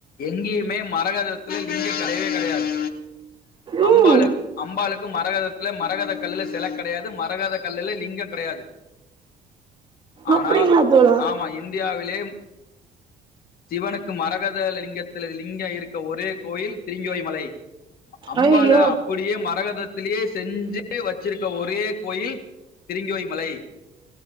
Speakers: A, on the left; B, on the right.
A: எங்கேயுமே மரகதத்துல இங்கே கிடையவே கிடையாது
B: ம்
A: அம்பாலு அம்பாளுக்கு மரகதத்தில் மரகத கல்லில் சில கிடையாது மரகத கல்லல்ல லிங்கம் கிடையாது ஆனா
B: அப்டிங்களா தோழா
A: ஆமா இந்தியாவிலே சிவனுக்கு மரக லிங்கத்தில் லிங்க இருக்க ஒரே கோயில் திருங்கோய் மலை அம்பால
B: ஐயோ
A: அப்படியே மரகத த்திலேயே செஞ்சு வச்சிருக்க ஒரே கோயில் திருங்கோய மலை